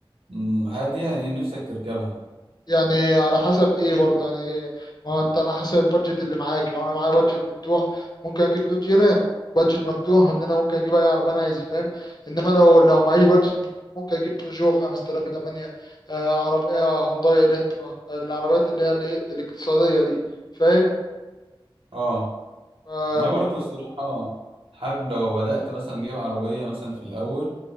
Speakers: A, on the right; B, on the left.
A: مم، هادية يعني نفسك تركبها
B: يعني على حسب ايه برضه يعني إيه؟ ما هو انت على حسب البادجت اللي معاك لو انا معايا بادجت مفتوح ممكن اجيب دوج رام بادجت مفتوح ان انا ممكن اجيب اي عربيه انا عايزها فاهم انما لو لو معيش بادجت مفتوح ممكن اجيب بيجو 5008 آه، عربيه هونداي الانترا العربيات اللي هي الايه الاقتصاديه دي فاهم
A: أه
B: آه،
A: أنا برضو
B: ممكن
A: الصراحة حابب لو بدأت مثلا أجيب عربية مثلا في الأول